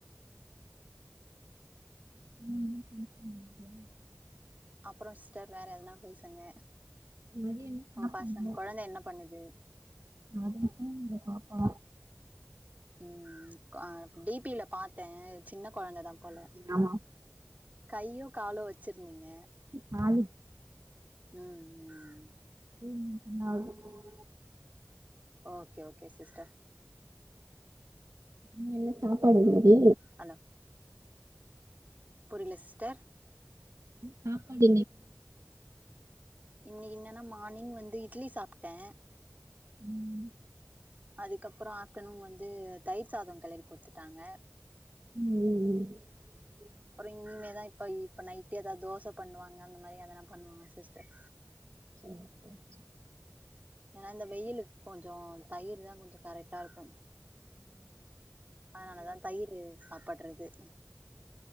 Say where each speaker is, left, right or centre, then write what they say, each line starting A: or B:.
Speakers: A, on the right; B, on the right.
A: <inaudible>
B: அப்பறோ சிஸ்டர் வேற எதனா பேசுங்க
A: மதியம் என்ன
B: ஆ
A: சாப்பிட்டீங்க
B: பாசங்க கொழந்த என்ன பண்ணுது
A: அதுங்க தூங்குது பாப்பா
B: ம் ம் பா டி பி ல பாத்த சின்ன கொழந்ததா போல
A: ஆமா
B: கையோ காலோ வெச்சிருந்தீங்க
A: நாளக்கி
B: ம் ம் ம்
A: ம் என்ன ஆக போகுதோ
B: ஓகே ஓகே சிஸ்டர்
A: என்ன எல்லா சாப்பாடு போகுது
B: ஹலோ புரியல சிஸ்டர்
A: பாப்பா <inaudible>
B: இன்னைக்கு என்னன்னா மார்னிங் வந்து இட்லி சாப்ட
A: ம்
B: அதுக்கப்றோ ஆப்டர்நூன் வந்து தயிர் சாதோ களறி குடுத்துட்டாங்க
A: ம் ம் ம்
B: அப்றோ எங்கிங்க எதா இப்ப இப்ப நைட்டே ஏதா தோச பண்ணுவாங்க அந்த மாரி எதனா பண்ணுவாங்க சிஸ்டர்
A: <inaudible>
B: ஏன்னா இந்த வெயிலுக் கொஞ்ச தயிர்தா கொஞ்ச கரெக்டாருக்கு அதுனாலதா தயிரு சாப்பட்றது